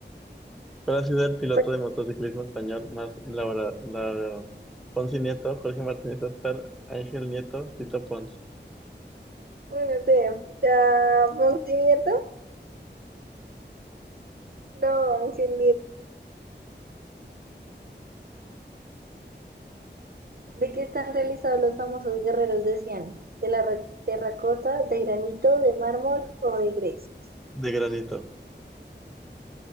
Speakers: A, in the centre; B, on the right.
A: ¿Cuál ha sido el piloto
B: ¿Cuál
A: de
B: es?
A: motociclismo español más labora- laureado? Ponce Nieto, Jorge Martínez Aspar, Ángel Nieto, Cito Pons.
B: No sé. ah, ¿Ponce No, Ángel ¿De qué están realizados los famosos guerreros de Cian? ¿De la re- terracota, de granito, de mármol o de gres?
A: De granito,